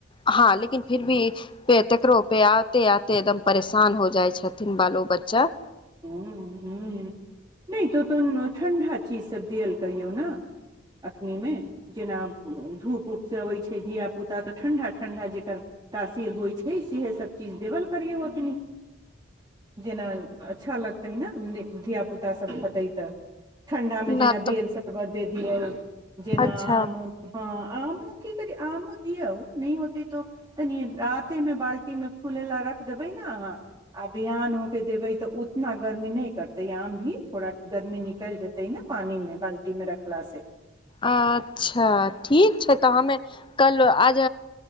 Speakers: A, on the left; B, on the right.
A: हँ लेकिन फिर भीे पे तकरो पे आते आते एकदम परेशान हो जाइ छथिन बालो ओ बच्चा
B: हू हू नहि तो तुनी ठण्डा चीज सब दल करहियो न एखनिमे जेना धूप उऊप से अबैत छै धियापुता तऽ ठंडा ठंडा जकर तासीर होइ छै सेह सब चीज देबल करियौ अखनी जेना अच्छा लगतै नऽ धिय पुता सब खतै तऽ ठंडा मे
A: न
B: जेना
A: तऽ
B: बेल शरबत दे दियो जेना
A: अच्छा
B: आम उम ह आमो की करी आमो दिया नइ होते तो तनी रते मे बाल्टी मे फूले ला रख देबै नऽ अहाँ आ बिहान होके देबै तऽ इना गर्मी नहि करतै आम भी थोड़ा गर्मी निकल जेतै ने पानी मे बाल्टी मे रखला से
A: अच्छा ठीक छै तऽ हमे कल आज